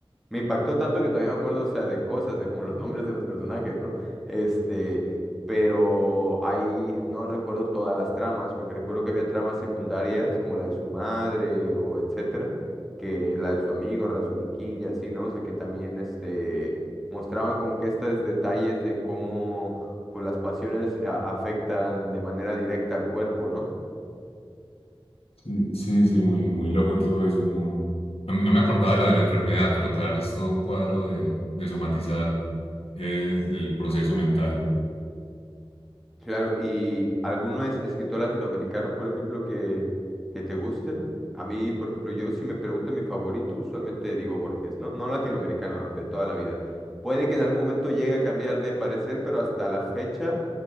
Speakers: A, in the centre; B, on the left.
A: Me impactó tanto que todavía me acuerdo, o sea, de cosas, de como los nombres de los personajes, ¿no? Este, pero ahí no recuerdo todas las tramas, porque recuerdo que había tramas secundarias, como la de su madre o etcétera, que la de su amigo Razumikin y así, ¿no? O sea, que también, este, mostraban como que estos detalles de cómo, pues, las pasiones eh, a- afectan de manera directa al cuerpo, ¿no?
B: sí, sí, sí, muy, muy loco todo eso. No, no, me no me acordaba de lo de la enfermedad, pero claro, es todo un cuadro de, de somatizar eh, el proceso mental.
A: Claro, ¿y alguno es escritor latinoamericano, por ejemplo, que, que te guste? A mí, por ejemplo, yo si me preguntan mi favorito, usualmente digo Borges, ¿no? No latinoamericano, de toda la vida. Puede que en algún momento llegue a cambiar de parecer, pero hasta la fecha